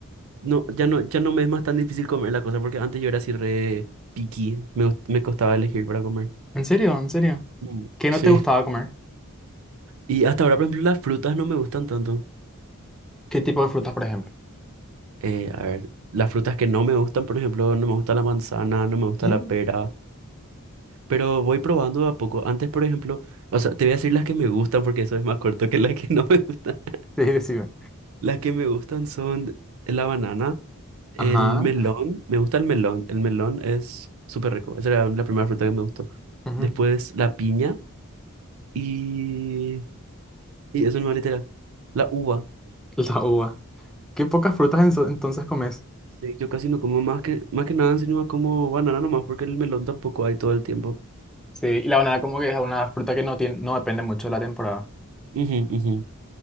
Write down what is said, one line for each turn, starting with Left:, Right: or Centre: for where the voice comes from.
Right: No, ya no, ya no me es más tan difícil comer la cosa porque antes yo era así re picky, me, gust- me costaba elegir para comer.
Centre: ¿En serio? ¿En serio?
Right: Mm,
Centre: ¿Qué no
Right: Sí.
Centre: te gustaba comer?
Right: Y hasta ahora, por ejemplo, las frutas no me gustan tanto.
Centre: ¿Qué tipo de frutas, por ejemplo?
Right: Eh, a ver, las frutas que no me gustan, por ejemplo, no me gusta la manzana, no me
Centre: <laughs>
Right: gusta
Centre: Mm,
Right: la pera, pero voy probando de a poco. Antes, por ejemplo, o sea, te voy a decir las que me gustan porque eso es más corto que las que no me gustan. <laughs>
Centre: Sí, decime.
Right: Las que me gustan son la banana, el
Centre: Ajá.
Right: melón, me gusta el melón, el melón es súper rico, esa era la primera fruta que me gustó.
Centre: Ujú.
Right: Después la piña. Y, y eso nomás literal. La uva.
Centre: La uva. Qué pocas frutas enso- entonces comes.
Right: Sí, Yo casi no como más que, más que nada, encima como banana nomás, porque el melón tampoco hay todo el tiempo.
Centre: Sí, y la banana como que es una fruta que no tiene, no depende mucho de la temporada.
Right: Ujú, ujú.